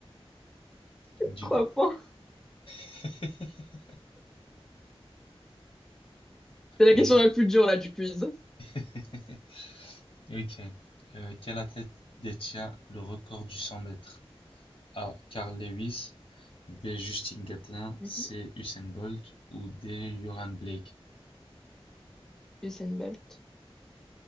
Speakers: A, on the left; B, in the centre.
A: Du
B: Trois
A: coup.
B: points.
A: <laughs>
B: C'est la
A: Ex-
B: question la plus dure là du quiz.
A: <laughs> Ok. Euh, quel athlète détient le record du 100 mètres? A. Carl Lewis, B. Justin Gatlin,
B: Mhm.
A: C. Usain Bolt ou D. Johan Blake.
B: Usain Bolt.